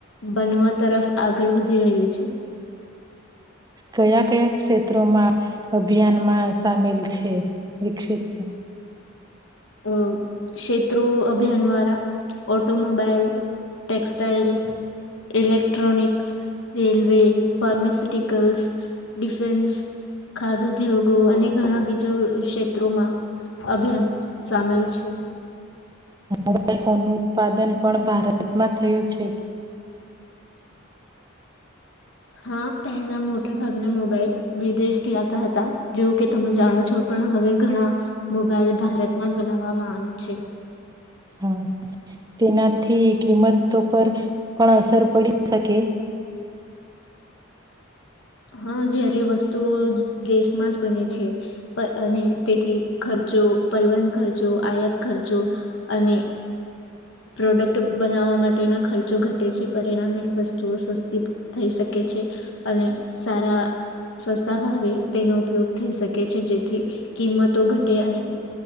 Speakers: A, on the left (about 65°); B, on the right (about 20°).
A: બનવા તરફ આગળ વધી રહ્યું છે.
B: કયા કયા ક્ષેત્રોમાં અભિયાનમાં સામેલ છે વિકસિત?
A: અ ક્ષેત્રો અભિયાન વાળા automobile textile, electronics, railway, pharmaceuticals, defence, ખાદ ઉદ્યોગો અને ઘણા બીજા ક્ષેત્રોમાં અભિયાન. સામેલ છે.
B: મોબાઈલ ફોનનું ઉત્પાદન પણ ભારતમાં થયું છે કે.
A: હા, પહેલા મોટા ભાગના મોબાઈલ વિદેશથી આવતા હતા, જેવું કે તમે જાણો છો. પણ હવે ઘણા મોબાઈલ ભારતમાં જ બનાવવામાં આવે છે.
B: હા, તેનાથી કિંમતો પર પણ અસર પડી શકે.
A: હા, જ્યારે વસ્તુઓ દેશમાં જ બને છે. અને તેથી ખર્ચો પરિવહન ખર્ચો, આયાત ખર્ચો અને પ્રોડક્ટ બનાવવા માટેના ખર્ચો ઘટે છે. પરિણામે વસ્તુઓ સસ્તી થઈ શકે છે અને. સારા સસ્તા ભાવે તેનો ઉપયોગ થઈ શકે છે. જેથી કિંમતો ઘટે અને